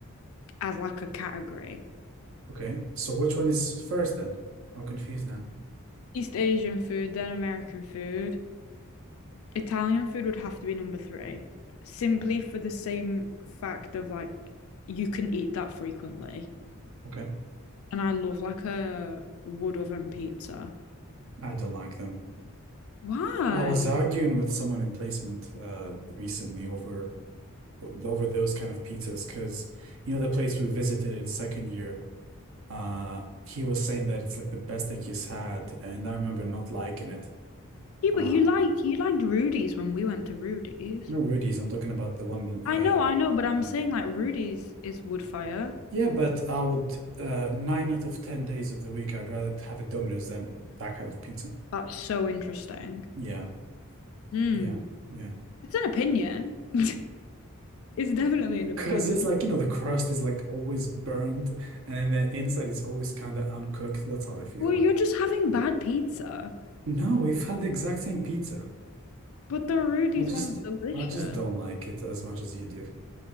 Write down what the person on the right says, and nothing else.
Okay. So which one is first then? I'm confused now.
Okay.
I don't like them.
I was arguing with someone in placement uh, recently over over those kind of pizzas because you know the place we visited in second year. Uh, he was saying that it's like the best thing he's had, and I remember not liking it.
Uh,
no Rudy's. I'm talking about the one.
Uh,
yeah,
yeah. But I would uh, nine out of ten days of the week, I'd rather have a Domino's than that kind of pizza.
Yeah,
yeah, yeah.
Because <laughs> it's like, you know, the crust is like always burnt and then the inside is always kind of uncooked. That's how I feel
like.
No, we've had the exact same pizza.
I just
I just don't like it as much as you do.